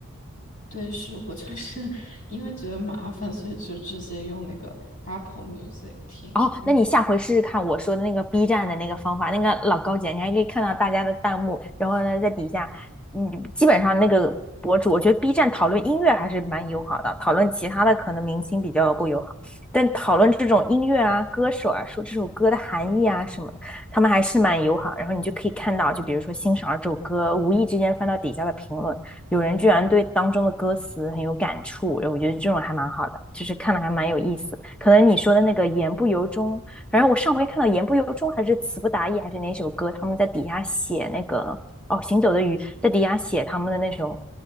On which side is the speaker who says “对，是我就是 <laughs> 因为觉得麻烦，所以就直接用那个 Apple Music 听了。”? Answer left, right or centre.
Left